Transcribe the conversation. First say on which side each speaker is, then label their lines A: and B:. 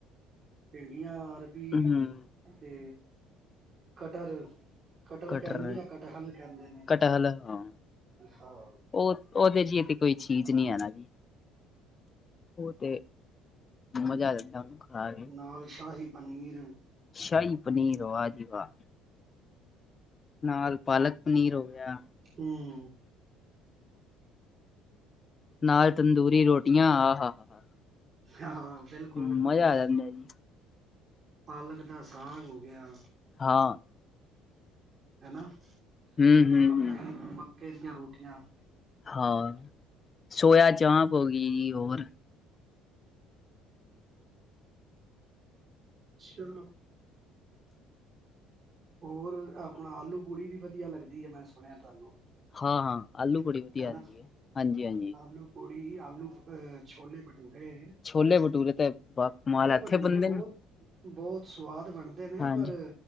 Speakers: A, on the right; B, on the left.
A: ਭਿੰਡੀਆਂ, ਅਰਬੀ।
B: ਹੂੰ
A: ਤੇ, ਕਟਹਲ ਕਟਲ
B: ਕਟਰ
A: ਕਹਿੰਦੇ ਨੇ, ਜਾਂ ਕਟਹਲ ਕਹਿੰਦੇ ਨੇ,
B: ਕਟਹਲ ਹਾਂ
A: ਹਾਂ।
B: ਉਹ, ਉਹਦੇ ਜੀ ਤੇ, ਕੋਈ ਚੀਜ਼ ਨੀ ਹੈ, ਨਾ ਜੀ। ਉਹ ਤੇ, ਮਜ਼ਾ ਆ ਜਾਂਦਾ ਉਹਨੂੰ ਖਾ ਕੇ।
A: ਨਾਲ, ਸ਼ਾਹੀ ਪਨੀਰ।
B: ਸ਼ਾਹੀ ਪਨੀਰ, ਵਾਹ ਜੀ ਵਾਹ। ਨਾਲ, ਪਾਲਕ -ਪਨੀਰ ਹੋ ਗਿਆ।
A: ਹਮ
B: ਨਾਲ, ਤੰਦੂਰੀ ਰੋਟੀਆਂ, ਆਹ, ਹਾ
A: ਹਾਂ ਬਿਲਕੁਲ
B: ਮਜ਼ਾ
A: ਬਿਲਕੁਲ
B: ਆ ਜਾਂਦਾ ਜੀ।
A: ਪਾਲਕ, ਦਾ ਸਾਗ ਹੋ ਗਿਆ।
B: ਹਾਂ।
A: ਹੈਨਾ,
B: ਹੂੰ
A: ਤੇ
B: ਹੂੰ
A: ਮਕਈ,
B: ਹੂੰ
A: ਮੱਕੇ ਦੀਆਂ ਰੋਟੀਆਂ।
B: ਹਾਂ, ਸੋਇਆ ਚਾਂਪ ਹੋ ਗਈ। ਹੋਰ?
A: ਚਲੋ। ਹੋਰ, ਐ ਅਪਣਾ, ਆਲੂ-ਪੂੜੀ ਵੀ, ਵਧੀਆ ਲੱਗਦੀ ਏ, ਮੈਂ ਸੁਣਿਆ, ਤੁਹਾਨੂੰ।
B: ਹਾਂ-ਹਾਂ, ਆਲੂ-ਪੂੜੀ ਵਧੀਆ
A: ਹੈਨਾ
B: ਹੁੰਦੀ ਏ, ਹਾਂਜੀ-ਹਾਂਜੀ।
A: ਆਲੂ ਪੂੜੀ, ਆਲੂ ਅਹ ਛੋਲੇ-ਭਟੂਰੇ।
B: ਛੋਲੇ-ਭਟੂਰੇ ਤੇ, ਬਾ-ਕਮਾਲ ਐਥੇ
A: ਭਟੂਰੇ
B: ਬਣਦੇ
A: ਬਹੁਤ
B: ਨ।
A: ਬਹੁਤ, ਸਵਾਦ ਬਣਦੇ ਨੇ,
B: ਹਾਂਜੀ
A: ਪਰ